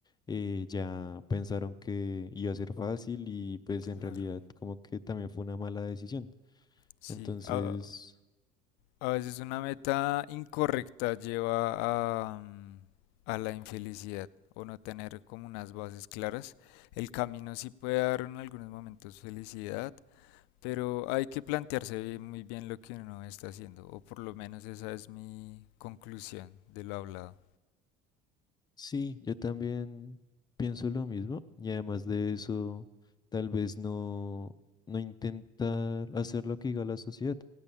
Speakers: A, on the left; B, on the left.
A: eh, ya pensaron que iba a ser fácil y pues en
B: claro.
A: realidad como que también fue una mala decisión.
B: Sí,
A: Entonces,
B: a, a veces una meta incorrecta lleva a, mm, a la infelicidad o no tener como unas bases claras. El camino sí puede dar en algunos momentos felicidad Pero hay que plantearse muy bien lo que uno está haciendo, o por lo menos esa es mi conclusión de lo hablado.
A: sí, yo también pienso lo mismo y además de eso, tal vez no, no intentar hacer lo que diga la sociedad.